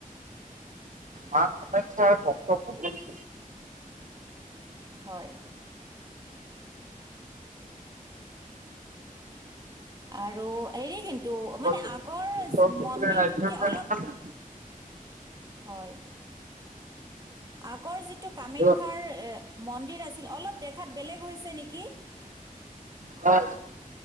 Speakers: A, on the right (about 60°); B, on the right (about 25°).
A: মা কাখ্যাৰ ভক্ত বহুত
B: হয় আৰু হেৰি কিন্তু মানে
A: ওচৰ
B: আগৰ
A: চুবুৰীয়া
B: মন্দিৰটোতকে
A: ৰাজ্যৰ পৰা
B: অলপ
A: আহে।
B: হয় আগৰ যিটো কামাখ্যাৰ
A: আৰু
B: এ মন্দিৰ আছিল অলপ দেখাত বেলেগ হৈছে নেকি
A: হয়